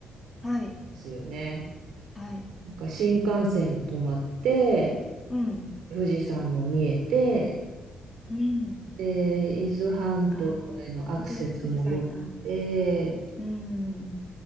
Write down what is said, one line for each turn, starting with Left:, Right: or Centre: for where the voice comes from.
Left: はい。
Right: すよね。
Left: はい。
Right: なんか新幹線が止まって、
Left: うん。
Right: 富士山も見えて、
Left: うん。
Right: で、伊豆半島へのアクセスも良くて、
Left: ああ、富士、富士山いいな。うん。